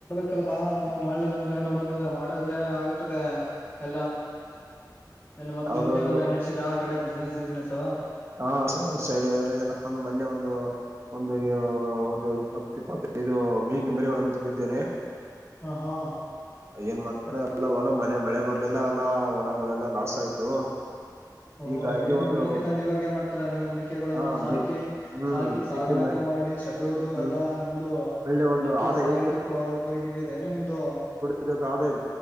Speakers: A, on the left; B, on the right.
A: ಲ್ ಬಾ ನಾ್ ಮಾಡ್ಲಿಲ್ಲ ಅಂತ ಏನು ಬರ್ತದೆ ಮಾಡಿದ್ರೆ ಆಗ ತದ್ದೆ ಎಲ್ಲ ಮತ
B: ಯಾವ್ದಾದ್ರು
A: ನಿಮ್ದ ನ ಆ ಕಡೆ ಬಿಸ್ನೆಸ್ ವಿಸ್ನೆಸ್
B: ಹ ಒಂದ್ ಸೈಡ್ ನೊಂದು ಮೊನ್ನೆ ಒಂದು ಒಂದು ಒಂದು ಇಪ್ಪತ್ತು ಇಪ್ಪತ್ತು ಇದು ಮೇಗೆ ಮರಿವಳನ್ನು ತಂದಿದ್ದೇನೆ
A: ಹಾ ಹಾ
B: ಏನ್ ಮಾಡ್ತಾರ ಎಲ್ಲ ಹೊಲ ಮಳೆ ಮಳೆ ಬರ್ಲಿಲ್ಲ ಎಲ್ಲಾ ಹೊಲಗಳೆಲ್ಲ ಲಾಸ್ ಆಯ್ತು
A: ಓಹ
B: ಹೀಗಾಗಿ
A: ಏನು
B: ಒಂದು
A: ಮೇಕೆ ತಂದು ಇವಾಗ ಏನ್ ಮಾಡ್ತಾರಾ ನೀವು ಮೇಕೆಗಳನ್ನು
B: ಆ
A: ಸಾಕಿ
B: ಮಿ ಹ್ಮ್
A: ಸಾಕಿ ಸಾಗಾಣಿಕೆ
B: ಮಿಕ್ಕಿ ಮ
A: ಮಾಡಿ ಶೆಡ್ ಹೊಡ್ದು
B: ಹ್ಮ್
A: ಎಲ್ಲಾ ನಿಮ್ದು
B: ಒಳ್ಳೆ ಒಂದು
A: ಮೇಕೆ
B: ಆದಾಯ
A: ಸಾಗಾಣಿಕೆ ರಿಗೆ ಇದೆ ನಿಮ್ದು
B: ಇದಕ್ಕೆ ಆದಾಯ